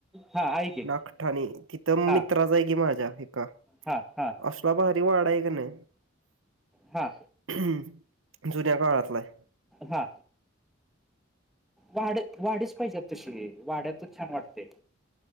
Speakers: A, in the centre; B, on the right (about 80°).
A: हा आहे की
B: नागठाणे तिथं
A: हा
B: मित्राच आहे कि माझ्या एका
A: हा हा
B: असला भारी वाडा आहे कनी
A: हा
B: ह् जुन्या काळातलाय
A: हा वाड्यात वाडीच पाहिजेत तशी वाड्यातच छान वाटतय